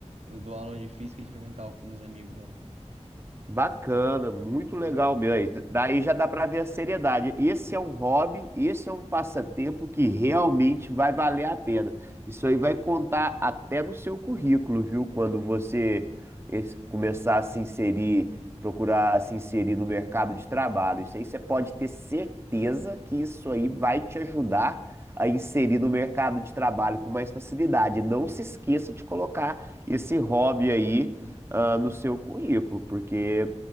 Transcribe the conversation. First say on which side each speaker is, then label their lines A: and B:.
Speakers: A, on the right (about 65°); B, on the right (about 20°).
A: eu dou aula de física experimental com uns amigos lá.
B: Bacana, muito
A: É
B: legal,
A: legal.
B: meu. Aí, Daí já dá pra ver a seriedade. Esse é um hobby, esse é um passatempo que realmente vai valer a pena. Isso aí vai contar até no seu currículo, viu? Quando você es- começar a se inserir, procurar se inserir no mercado de trabalho. Isso aí você pode ter certeza que isso aí vai te ajudar a inserir no mercado de trabalho com mais facilidade. Não se esqueça de colocar esse hobby aí, ah, no seu currículo, porque